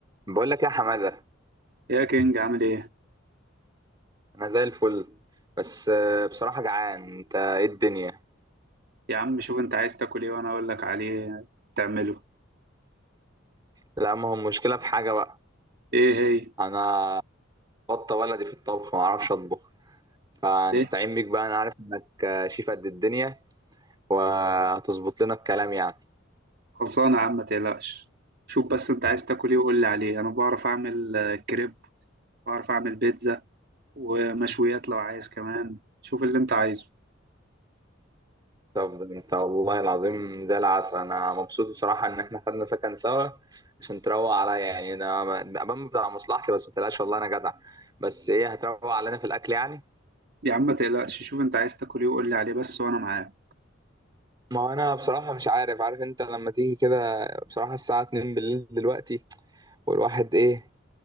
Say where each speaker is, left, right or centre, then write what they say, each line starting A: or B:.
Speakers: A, on the right; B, on the right.
A: بقول لك يا حمادة
B: يا كينج عامل ايه
A: انا زي الفل بس آه، بصراحة جعان انت ايه الدنيا
B: يا عم شوف انت عايز تاكل ايه وانا اقول لك عليه تعمله
A: لا ما هو المشكلة في حاجة بقى
B: ايه هي
A: انا بطة ولدي في الطبخ ما اعرفش اطبخ فنستعين
B: ليه
A: بيك بقى انا عارف انك آه، شيف قد الدنيا وهتظبط لنا الكلام يعني
B: خلصانه يا عم ما تقلقش شوف بس انت عايز تاكل ايه وقول لي عليه انا بعرف اعمل آه، كريب بعرف اعمل بيتزا ومشويات لو عايز كمان شوف اللي انت عايزه
A: طب انت والله العظيم زي العسل انا مبسوط بصراحة ان احنا خدنا سكن سوا عشان تروق عليا يعني انا ب- بمبدأ على مصلحتي بس ما تقلقش والله انا جدع بس ايه هتروق علينا في الاكل يعني
B: يا عم ما تقلقش شوف انت عايز تاكل ايه وقول لي عليه بس وانا معاك
A: ما هو انا بصراحة مش عارف عارف انت لما تيجي كده بصراحة الساعة 2 بالليل دلوقتي والواحد ايه